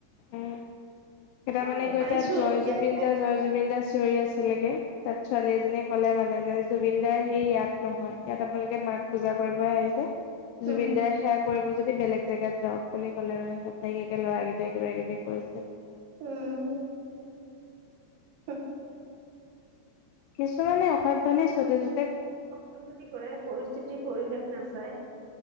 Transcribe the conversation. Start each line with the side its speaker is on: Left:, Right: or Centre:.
Left: উম কেইটা
Right: মই
Left: মানে, গৈ
Right: পাইছো
Left: তাত, জয়
Right: ইয়াতে
Left: জুবিন দা-জয় জুবিন জুব দা চিঞৰি আছিলেগে। তাত, ছোৱালী এজনীয়ে ক'লে মানে যে, জুবিন দা সেই, ইয়াত নহয়। ইয়াত, আপোনালোকে মাক
Right: উম
Left: পূজা কৰিব আহিছে।
Right: উম,
Left: জুবিন দায়ে সেৱা কৰিব যদি যদি বেলেগ জেগাত যাওঁক বুলি ক'লেই মানে। তাইক ল'ৰাকেইটাই কিবা-কিবি কৈছে!
Right: উম, উম।
Left: কিছুমানে, অসভ্যালি যতে-ত
Right: <unintelligible> কৰে, পৰিস্থিতি-পৰিৱেশ নাচায়।